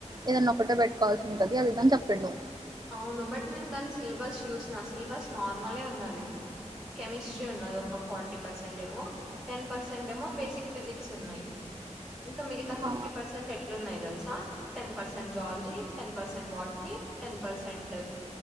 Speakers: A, on the right (about 35°); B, in the centre.
A: ఏదన్నా ఒకటే పెట్టుకోవాల్సి ఉంటది అది ఇదని చెప్పండు
B: అవును బట్ నేను దాన్ని సిలబస్ చూసిన సిలబస్ నార్మలే ఉన్నది కెమిస్ట్రీ ఉన్నది ఒక ఫార్టీ పర్సెంట్ ట్ ఏమో టెన్ పర్సెంట్ ఏమో బేసిక్ ఫిజిక్స్ ఉన్నాయి ఇంకా మిగతా ఫిఫ్టీ
A: ఆ!
B: పర్సంట్ ఎట్లున్నాయి తెలుసా ten percent జల్జీ ten percent వట్ని ten percent